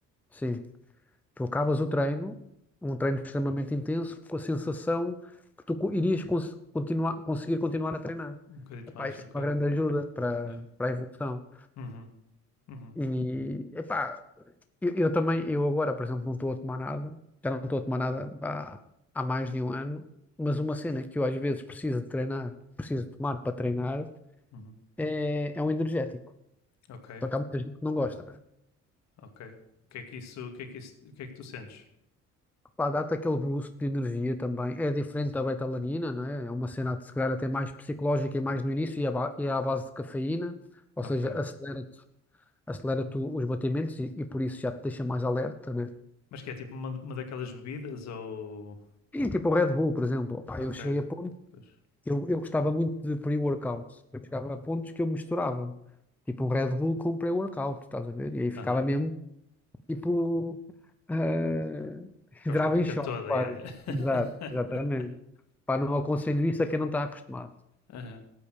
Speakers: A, in the centre; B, on the left (about 65°).
A: sim, tu acabas o treino, um treino extremamente intenso, com a sensação que tu co- irias cons- continuar, conseguir continuar a treinar.
B: Um bocadito
A: Epá,
B: mais,
A: isso
B: ok.
A: é uma grande ajuda para,
B: Yeah.
A: para a evolução.
B: Uhum, uhum,
A: E, epá, Eu, eu também, eu agora, por exemplo, não estou a tomar nada, já não estou a tomar nada há, há mais de um ano, mas uma cena que eu às vezes preciso de treinar, preciso tomar para treinar,
B: uhum.
A: é, é um energético.
B: Ok,
A: Só que há muita gente que não gosta, né?
B: ok. O que é que isso, o que é que isso, o que é que tu sentes?
A: Pá, dá-te aquele boost de energia também. É diferente da betalanina, não é? É uma cena de se calhar até mais psicológica e mais no início, e é ba- e é à base de cafeína, ou
B: Ok.
A: seja, acelera-te acelera-te os batimentos e, e por isso já te deixa mais alerta, né?
B: Mas que é tipo uma, uma daquelas bebidas ou.
A: E tipo o Red Bull, por exemplo, Opá,
B: Ok,
A: eu cheguei a pôr
B: pois.
A: Eu, eu gostava muito de pre-workout. Eu chegava a pontos que eu misturava. Tipo um Red Bull com um pre-workout, estás a ver? E aí ficava
B: Aham. Uhum.
A: mesmo, tipo, eh, <laughs>
B: Que
A: entrava
B: é os com a pica
A: em choque
B: toda,
A: quase.
B: yeah, yeah.
A: Exato,
B: <laughs>
A: exatamente. Pá, não aconselho isso a quem não está acostumado.
B: Aham.